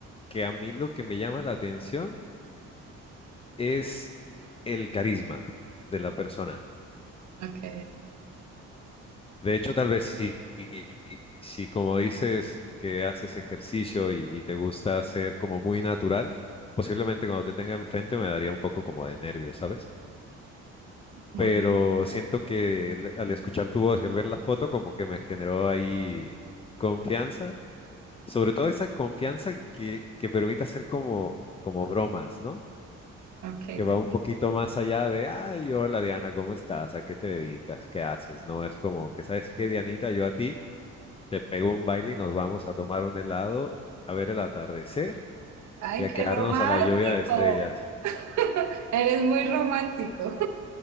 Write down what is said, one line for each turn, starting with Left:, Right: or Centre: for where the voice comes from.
Left: que a mí lo que me llama la atención es el carisma de la persona.
Right: Ok.
Left: De hecho, tal vez si, si como dices que haces ejercicio y, y te gusta ser como muy natural, posiblemente cuando te tenga enfrente me daría un poco como de nervio, ¿sabes?
Right: Ok.
Left: Pero siento que el- al escuchar tu voz y al ver la foto, como que me generó ahí confianza, sobre todo esa confianza que, que permite hacer como, como bromas, ¿no?
Right: Ok.
Left: que va
Right: te-
Left: un poquito más allá de, ay, hola Diana, ¿cómo estás? ¿A qué te dedicas? ¿Qué haces? No es como que, ¿sabes qué, Dianita? Yo a ti te pego un baile y nos vamos a tomar un helado, a ver el atardecer
Right: Ay,
Left: y a
Right: qué
Left: quedarnos
Right: romántico.
Left: a la lluvia de estrellas.
Right: <laughs> Eres muy romántico.